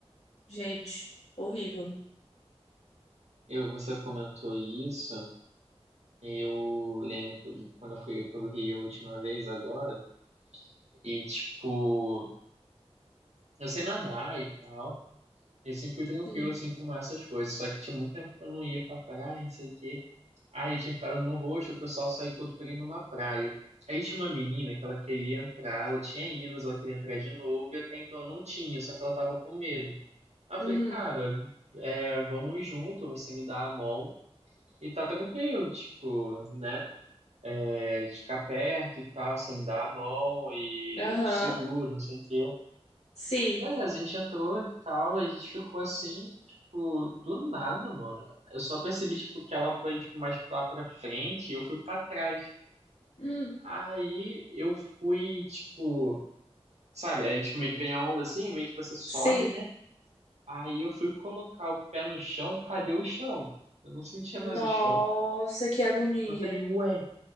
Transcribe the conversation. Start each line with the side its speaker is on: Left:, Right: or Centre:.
Left: gente, horrível.
Right: Eu, você comentou isso. Eu lembro que quando eu fui pelo Rio a última vez agora. E, tipo, eu sei nadar e tal. E sempre fui tranquilo,
Left: Sim.
Right: assim, com essas coisas. Só que tinha muito tempo que eu não ia pra praia, não sei o quê. Aí tinha ficado no roxo, o pessoal saiu todo pra ir numa praia. Aí tinha uma menina que ela queria entrar, ela tinha ido, mas ela queria entrar de novo, e até então eu não tinha, só que ela tava com medo. Aí eu
Left: Uhum.
Right: falei, cara, é, vamos junto, você me dá a mão e tá tranquilo, tipo, né? É, de ficar perto e tal, você me dá a mão e
Left: Aham.
Right: eu te seguro, não sei o quê.
Left: Sim.
Right: Beleza, a gente entrou e tal, a gente ficou assim, tipo, do nada, mano. Eu só percebi, tipo, que ela foi, tipo, mais lá pra frente e eu fui pra trás.
Left: Hum.
Right: Aí eu fui, tipo, sabe, aí, tipo, meio que vem a onda assim, meio que você sobe,
Left: Sim.
Right: né? Aí eu fui colocar o pé no chão, cadê o chão? Eu não sentia
Left: Nossa,
Right: mais o chão.
Left: que agonia.
Right: Eu falei, ué,